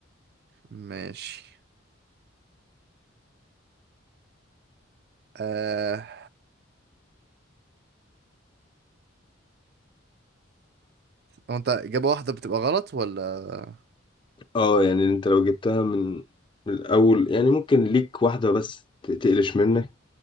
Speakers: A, on the right (about 50°); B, on the left (about 25°).
A: ماشي آه... هو انت إجابة واحدة بتبقى غلط ولا
B: اه يعني انت لو جبتها من من الاول يعني ممكن ليك واحدة بس ت- تقلش منك